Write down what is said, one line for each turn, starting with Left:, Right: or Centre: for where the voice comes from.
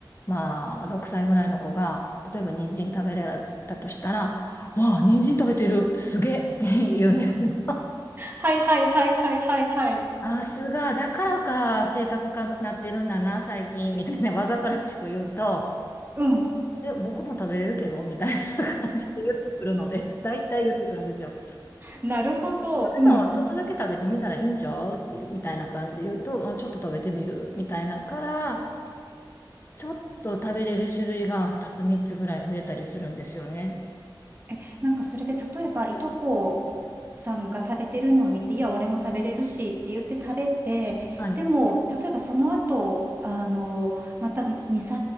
Left: まあ、6歳ぐらいの子が、例えば人参食べれたとしたら、わあ、人参食べてる、すげえって言うんですよ。
Right: はいはいはいはいはいはい。
Left: あ、すが、だからか、性格かなってるんだな、最近、みたいなわざとらしく言うと、
Right: うん。
Left: え、僕も食べれるけどみたいな感じで言ってくるので、大体言ってくるんですよ。
Right: なるほど。うん。
Left: でも、ちょっとだけ食べてみたらいいんちゃうっていう、みたいな感じで言うと、まあ、ちょっと食べてみるみたいなから、ちょっと食べれる種類が2つ3つぐらい増えたりするんですよね。
Right: え、なんかそれで例えば、いとこさんが食べてるのを見て、いや、俺も食べれるしって言って食べて、
Left: はい。
Right: でも、例えばその後、あの、また2、3日